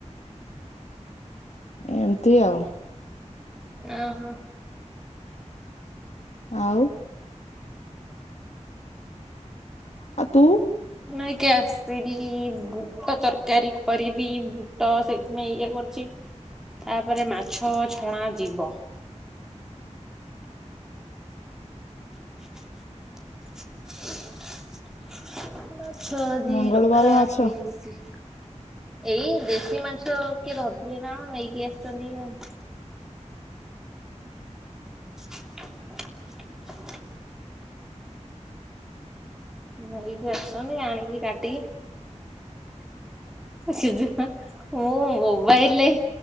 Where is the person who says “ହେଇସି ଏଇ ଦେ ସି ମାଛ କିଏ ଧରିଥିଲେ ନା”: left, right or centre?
Centre